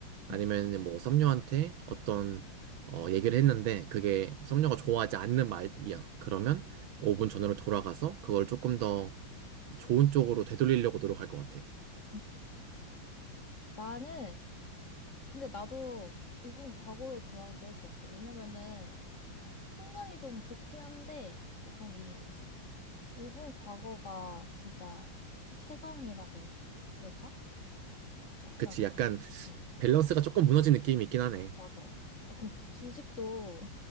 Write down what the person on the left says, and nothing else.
응.
응. 나는, 근데 나도 5분 과거로 돌아가게 할 것 같아. 왜냐면은 순간이동 좋긴 한데 약간 이 5분 과거가 진짜 최강이라 그래. 될까? 약간.
어,
맞아. 약간 주식도